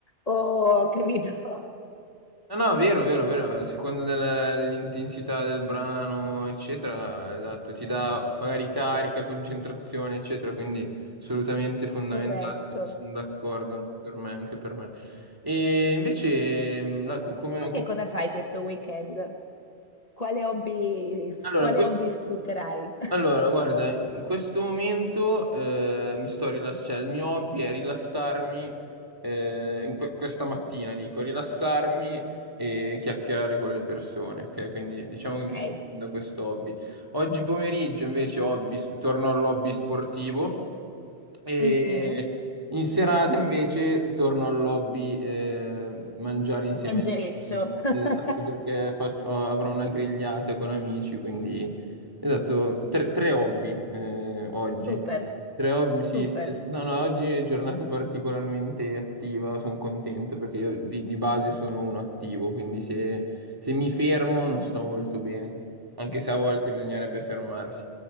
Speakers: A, on the left (about 35°); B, on the right (about 20°).
A: o, capito? <laughs>
B: No, no, vero, vero, vero, a seconda del- dell'intensità del brano, eccetera, esatto, ti dà magari carica, concentrazione, eccetera, quindi assolutamente fondamentale,
A: Corretto.
B: sono d'accordo anche per me, anche per me. E invece, mh, la- cu- come,
A: Tu che
B: come-
A: cosa fai questo weekend? Quale hobby s
B: Allora,
A: quale
B: que-
A: hobby sfrutterai?
B: allora, guarda, in questo momento eh, mi sto rilassando, cioè il mio hobby è rilassarmi eh, in que- questa mattina, dico, rilassarmi e chiacchierare con le persone, ok? Quindi diciamo che mi
A: Okay.
B: sto prendendo questo hobby. Oggi pomeriggio invece hobby, torno all'hobby sportivo e
A: Mh-mh.
B: in serata invece torno al lobby eh, mangiare insieme
A: Mangereccio.
B: agli amici.
A: <laughs>
B: Esatto, perché faccio- ho- avrò una grigliata con amici, quindi esatto, tre, tre hobby eh, oggi.
A: Super,
B: Tre hobby, sì,
A: super.
B: sì, es- No, no, oggi è giornata particolarmente attiva, sono contento perché io di, di base sono uno attivo, quindi se se mi fermo non sto molto bene, anche se a volte bisognerebbe fermarsi.